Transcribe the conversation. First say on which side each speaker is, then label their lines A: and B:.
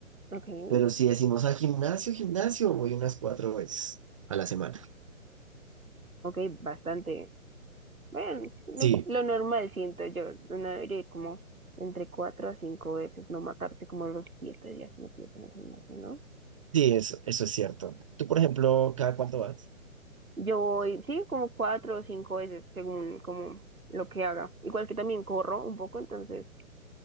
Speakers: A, on the right; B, on the right.
A: Ok,
B: Pero si decimos al gimnasio, gimnasio, voy unas cuatro veces a la semana.
A: ok, bastante. Bueno, lo,
B: Sí,
A: lo normal siento yo, uno debería ir como entre cuatro a cinco veces, no matarse como los siete días metidos en el gimnasio, ¿no?
B: sí, eso, eso es cierto. Tú, por ejemplo, ¿cada cuánto vas?
A: Yo voy, sí, como cuatro o cinco veces, según como lo que haga. Igual que también corro un poco, entonces,